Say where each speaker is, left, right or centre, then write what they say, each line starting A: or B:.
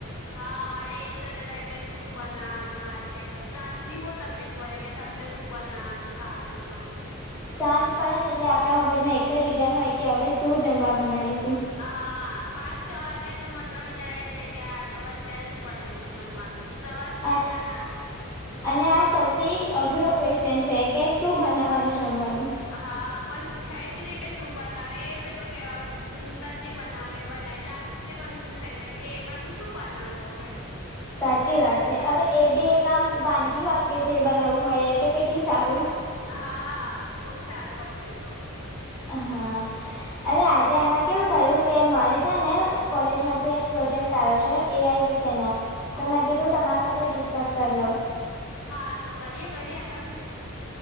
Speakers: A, on the left; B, on the left.
A: હા મારે એજ ચર્ચા ચાલે કે શું બનાવવાનું આજે એમ સાંજની બહ તકલીફ બલે કે સાંજે શું બનાવાનું ખાવા જમવાનું.
B: સાંજ પડે ને એટલે આપણા મગજમાં એક જ વિચાર હોય કે હવે શું જમવા બનાવીશું.
A: હ હા પાંચ છ વાગે એટલે મનમાં વિચાર આવી જ જાય કે આ હવે અત્યારે શું બનાવીશું જમવાનું. સવાર તો
B: અ-
A: ચિંતા ના હોય.
B: અને આ સૌથી અઘરો ક્વેશ્ચન છે કે શું બનાવવાનું જમવાનું.
A: હા કોઈ પૂછાય બી નઈ કે શું બનાવે પેલો કે તું ત જે બનાવું એ બનાય એટલે આપડે કન્ફ્યુઝ થઈ જાય કે એમાં તું શું બનાવવું હવે.
B: સાચી વાત છે હવે એ બી એક આમ વાનગી હોત કે જે બનાવવું હોય એ તો કેટલું સારું.
A: હા બહુ જ સારું હોત એતો.
B: હા અરે આજે
A: તો
B: આમાં કેવું થયું કે મારે છે ને કોલેજ માંથી એક પ્રોજેક્ટ આવ્યો છે એઆઈ વિશે નો તો
A: હો
B: મેં કીધું તમારી સાથે ડિસ્કસ કરી લઉ.
A: હા તો કરીએ કરીએ એમાં શું છે.